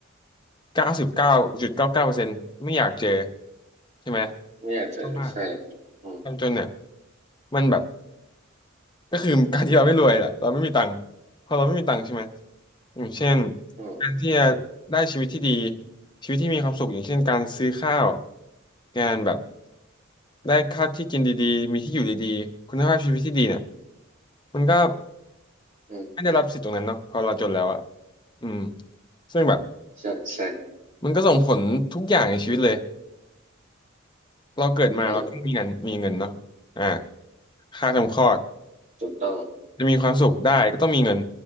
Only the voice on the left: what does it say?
เก้าสิบเก้าจุดเก้าเก้าเปอร์เซ็นต์ไม่อยากเจอ ใช่ไหม
เพราะว่า
ความจนเนี่ย มันแบบ ก็คือการที่เราไม่รวยแหละเราไม่มีตังค์พอเราไม่มีตังค์ใช่ไหมอย่างเช่น
การที่จะได้ชีวิตที่ดีชีวิตที่มีความสุขอย่างเช่นการซื้อข้าวการแบบได้ข้าวที่กินดีๆมีที่อยู่ดีๆคุณภาพชีวิตที่ดีเนี่ยมันก็
ไม่ได้รับสิทธิ์ตรงนั้นเนาะพอเราจนแล้วอะอืมซึ่งแบบ
มันก็ส่งผลทุกอย่างในชีวิตเลยเราเกิดมาเราก็มีเงินมีเงินเนาะอ่า
ค่าทำคลอด
จะมีความสุขได้ก็ต้องมีเงิน